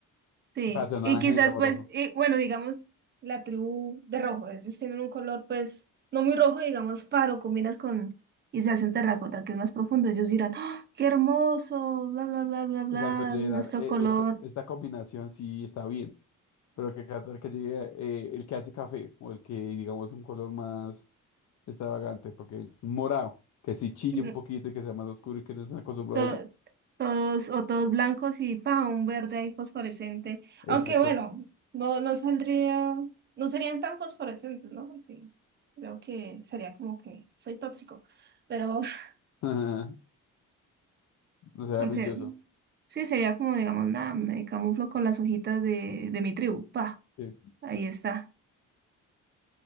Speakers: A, on the right; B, on the left.
A: Sí,
B: Para ser naranja
A: y quizás
B: necesitamos
A: pues,
B: rojo.
A: y, bueno, digamos, la tribu de rojo, ellos tienen un color pues no muy rojo, digamos, para lo combinas con, y se hacen terracota, que es más profundo, ellos dirán, "¡Ah, qué hermoso, bla, bla, bla, bla, bla,
B: Exacto, Gerard,
A: nuestro
B: eh,
A: color.
B: esta, esta combinación sí está bien. Pero que Qatar que llegue eh, el que hace café o el que digamos un color más extravagante, porque un morado, que si chille
A: Ujú.
B: un poquito y que sea más oscuro y que no estén acostumbrados
A: to-
B: a ello.
A: todos o todos blancos y pa, un verde ahí fosforescente.
B: Exacto.
A: Aunque bueno, no, no saldría, no serían tan fosforescentes, ¿no? Porque creo que sería como que soy tóxico, pero <laughs>
B: <laughs> No será
A: porque
B: brilloso.
A: sí, sería como, digamos, nada, me camuflo con las hojitas de, de mi tribu, pa,
B: sí.
A: ahí está.